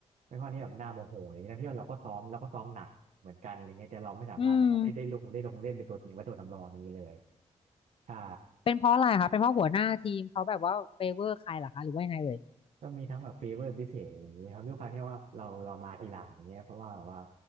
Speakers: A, on the right (about 80°); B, on the left (about 50°).
A: เป็นข้อที่แบบน่าโมโหอย่างนี้ทั้งที่ว่าเราก็ซ้อมเราก็ซ้อมหนัก เหมือนกันอะไรเงี้ยแต่เราไม่สามารถแบบว่าได้ได้ลงได้ลงเล่นเป็นตัวจริงว่าตัวสำรองอย่างนี้เลย
B: อืม
A: ใช่
B: เป็นเพราะอะไรคะเป็นเพราะหัวหน้าทีมเขาแบบว่าเฟเวอร์ใครเหรอคะหรือว่ายังไงเอ่ย
A: ก็มีทั้งแบบฟีเวอร์พิเศษอย่างนี้ครับด้วยความที่ว่าเราเรามาทีหลังอย่างเงี้ยเพราะว่าแบบว่า